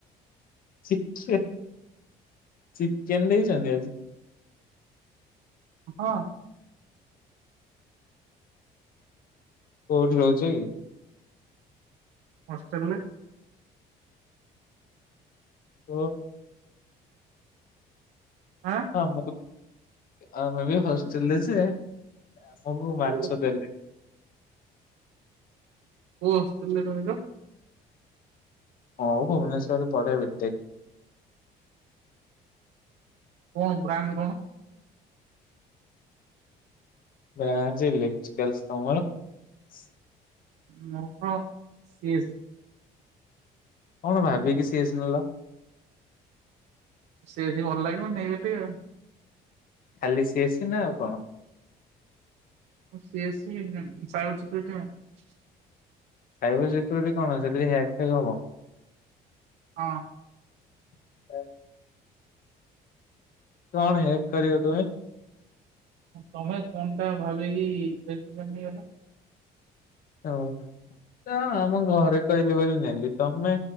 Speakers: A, on the left; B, on the right.
A: ଚିକେ ଚିକେନ ଦେଇଛନ୍ତି ଆଜି?
B: ହଁ।
A: କୋଉଠି ରହୁଛ କି?
B: ହଷ୍ଟେଲରେ
A: ହ
B: ଆଁ
A: ଆମ ଆମେ ବି ହଷ୍ଟେଲରେ ଜେ ଆମକୁ ମାଛ
B: କୋଉ
A: ଦେଲେ।
B: କୋଉ ହଷ୍ଟେଲ ରେ ରହୁଛ?
A: ଓ, ଭୁବନେଶ୍ୱରରେ <unintelligible> ଭି
B: କଣ, ଗ୍ରାମ କଣ <unintelligible>
A: ବ୍ର ସେଇଲେେଖଛି କେଲସ୍ ମର <unintelligible>
B: ମୋର <unintelligible>
A: କଣ ଭାବ କି <unintelligible> ସ ଆସିନଲ
B: ସେ ସ ଭଲ ଲାଗ ନେଇ ସେ ଟିକ <unintelligible>
A: ଖାଲି ସିଏସି ନା ଆଉ କଣ?
B: ସିଏସି <unintelligible>
A: ସାଇବାର ସିକ୍ୟରିଟି କଣ ଅ ସେି ଏକଥାକ ହବ <unintelligible>
B: ହଁ
A: ହ <unintelligible> କଣ ହେକ
B: ହଁ।
A: କର ତୁମେ?
B: ତମେ ଫନ୍ ଟା ଭାବିକି <unintelligible> ସେ ନେଇଗଲା।
A: ହ ତା <unintelligible> ଆମ ଘରେ କହିଲେ ବୋଲି ନେଲି ତମେ